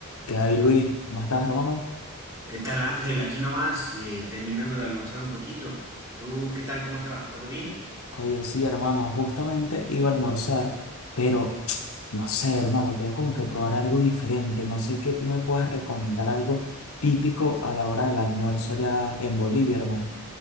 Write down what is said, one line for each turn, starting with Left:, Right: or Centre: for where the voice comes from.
Left: ¿Qué hay, Luis? ¿Cómo estás, hermano?
Right: ¿Qué tal, Ángel? Aquí nomás, eh, terminando de almorzar un poquito. ¿Tú qué tal? ¿Cómo te va? ¿Todo bien?
Left: Oye, sí, hermano, justamente iba a almorzar, pero <tsk> no sé, hermano, quiero como que probar algo diferente. No sé qué tú me puedas recomendar, algo típico a la hora del almuerzo allá en Bolivia, hermano.